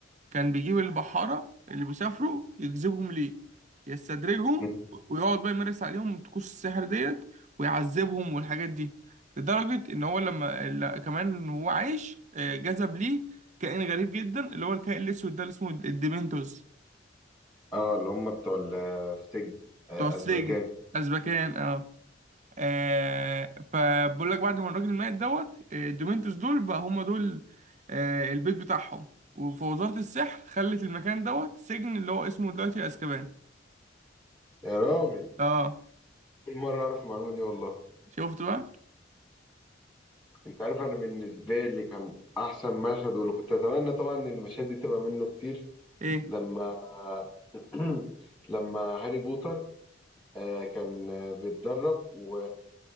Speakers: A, on the right; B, in the centre.
A: كان بيجيب البحارة اللي بيسافروا يجذبهم ليه يستدرجهم
B: مم.
A: ويقعد بقى يمارس عليهم طقوس السحر ديت ويعذبهم والحاجات دي لدرجة إن هو لما لا- كمان وهو عايش آه، جذب ليه كائن غريب جدا اللي هو الكائن الأسود ده اللي اسمه الديمنتوس
B: اه اللي هم بتوع ال- السجن آه،
A: بتوع السجن
B: ازبكان
A: أزبكان اه آه فبقول لك بعد ما الراجل مات دوت آه، الدومينتوس دول بقى هم دول آه البيت بتاعهم وفوزارة السحر خلت المكان دوت سجن اللي هو اسمه دلوقتي اسكابان
B: يا راجل
A: اه
B: كل مره اعرف المعلومه دي والله
A: شفت بقى
B: انت عارف انا بالنسبه لي كان احسن مشهد واللي كنت اتمنى طبعا ان المشاهد دي تبقى منه كتير
A: ايه
B: لما <clears throat> لما هاري بوتر آه، كان آه، بيتدرب و...